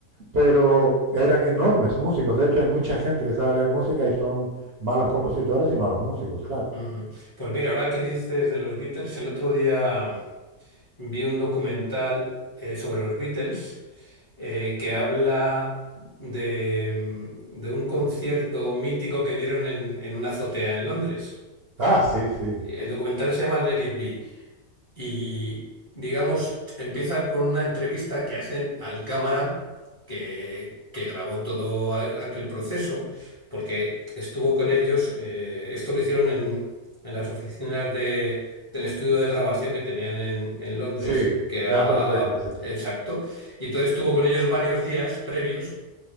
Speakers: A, on the right; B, on the left.
A: pero eran enormes músicos. De hecho, hay mucha gente que sabe leer música y son malos compositores y malos músicos, claro.
B: Ujú. Pues mira, ahora que dices de los Beatles, el otro día vi un documental eh, sobre los Beatles eh, que habla de, mm, de un concierto mítico que dieron en, en una azotea en Londres.
A: Ah, sí, sí,
B: El documental se llama Let It Be y, digamos, empieza con una entrevista que hacen al cámara que, que grabó todo a- aquel proceso, porque estuvo con ellos, eh, esto lo hicieron en, en las oficinas de- del estudio de grabación que tenían en, en Londres,
A: sí,
B: que era
A: de Apple Records,
B: ah, ah,
A: sí.
B: exacto, y entonces estuvo con ellos varios días previos.